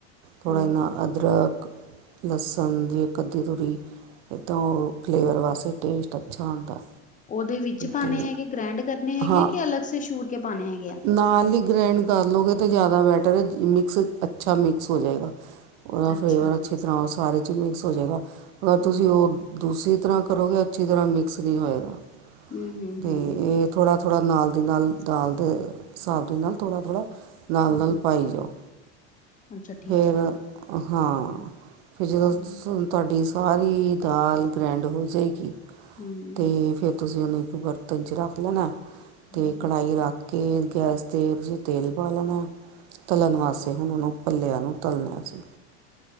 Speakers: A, on the right (about 65°); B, on the left (about 20°).
A: ਥੋੜ੍ਹਾ
B: ਹੂੰ।
A: ਜਿਹਨਾਂ ਅਦਰਕ ਲਸਣ ਦੀ ਇਕ ਅੱਦੀ ਤੁਰੀ ਇੱਦਾਂ ਉਹ ਫਲੇਵਰ ਵਾਸਤੇ ਟੇਸਟ ਅੱਛਾ ਆਉਂਦਾ।
B: ਉਹਦੇ ਵਿੱਚ ਪਾਉਣੇ
A: ਤੇ
B: ਹੈਗੇ ਗ੍ਰੈਂਡ ਕਰਨੇ ਹੈਗੇ
A: ਹਾਂ
B: ਆ, ਕਿ ਅਲਗ ਸੇ ਸ਼ੂਰ ਕੇ ਪਾਉਣੇ ਹੈਗੇ ਆ਼਼
A: ਨਾਲ ਹੀ ਗ੍ਰੈਂਡ ਕਰ ਲਉਗੇ ਤਾਂ ਜ਼ਿਆਦਾ ਬੈਟਰ ਹੈ, ਮਿਕਸ ਅੱਛਾ ਮਿਕਸ ਹੋ ਜਾਵੇਗਾ। ਉਹਦਾ
B: ਅੱਛਾ,
A: ਫਲੇਵਰ ਅੱਛੀ ਤਰ੍ਹਾਂ ਸਾਰੇ ਚ ਮਿਕਸ ਹੋ ਜਾਵੇਗਾ। ਅਗਰ
B: ਹੂੰ,
A: ਤੁਸੀਂ ਉਹ ਦੂਸਰੀ ਤਰ੍ਹਾਂ ਕਰੋਗੇ ਅੱਛੀ ਤਰ੍ਹਾਂ ਮਿਕਸ ਨਹੀਂ ਹੋਏਗਾ,
B: ਹੂੰ, ਹੂੰ,
A: ਤੇ
B: ਹੂੰ,
A: ਇਹ ਥੋੜ੍ਹਾ, ਥੋੜ੍ਹਾ ਨਾਲ ਦੀ ਨਾਲ ਦਾਲ ਦੇ ਹਿਸਾਬ ਦੇ ਨਾਲ ਥੋੜ੍ਹਾ, ਥੋੜ੍ਹਾ ਨਾਲ,
B: ਹੂੰ,
A: ਨਾਲ
B: ਹੂੰ।
A: ਪਾਈ ਜਾਓ।
B: ਅੱਛਾ ਠੀਕ
A: ਫੇਰ
B: ਹੈ
A: ਹਾਂ ਫਿਰ ਜਦੋ
B: ਹੂੰ
A: ਸੂ ਤੁਹਾਡੀ ਸਾਰੀ ਦਾਲ ਗ੍ਰੈਂਡ ਹੋ ਜਾਵੇਗੀ,
B: ਹੂੰ
A: ਤੇ ਫੇਰ ਤੁਸੀਂ ਉਹਨੂੰ ਇੱਕ ਬਰਤਨ ਚ ਰੱਖ ਲੈਣਾ ਤੇ
B: ਹੂੰ
A: ਕੜਾਹੀ ਰੱਖ ਕਿ ਗੈਸ 'ਤੇ ਤੁਸੀਂ ਤੇਲ ਪਾ ਲੈਣਾ ਤਲਣ ਵਾਸਤੇ ਹੁਣ ਉਹਨੂੰ ਭਲਿਆ ਨੂੰ ਤਲਣਾ ਅਸੀਂ